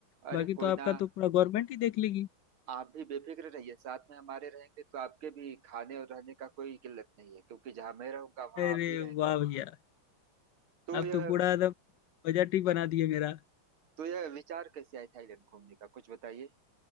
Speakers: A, on the right; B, on the left.
A: अरे
B: बाकी
A: कोई
B: तो आपका
A: ना
B: तो पूरा गवर्नमेंट ही देख लेगी
A: आप भी बेफिक्र रहिए साथ में हमारे रहेंगे तो आपके भी खाने और रहने का कोई किल्लत नहीं है क्योंकि जहां मैं रहूंगा वहां
B: अरे
A: आप भी रहेंगे
B: वाह भैया
A: तो
B: आप
A: यह
B: तो पूरा एकदम बजट ही बना दिए मेरा
A: तो यह विचार कैसे आया थाईलैंड घूमने का कुछ बताइए